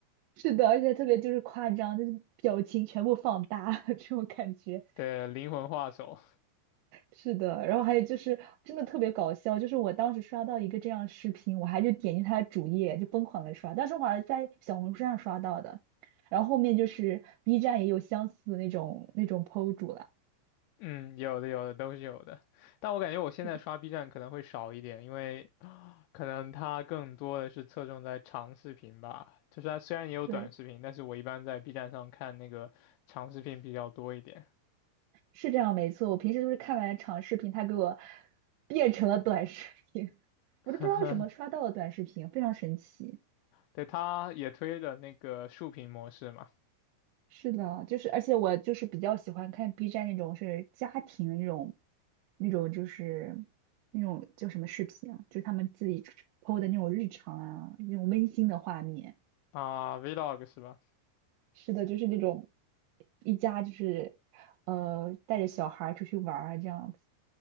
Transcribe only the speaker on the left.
对，灵魂画手。
嗯，有的有的都是有的，但我感觉我现在刷
B 站可能会少一点，因为 <smacks lips> 啊可能它更多的是侧重在长视频吧。就是它虽然也有短视频，
但是我一般在 B 站上看那个长视频比较多一点。
<laughs>
对，它也推了那个竖屏模式嘛，
啊，Vlog 是吧？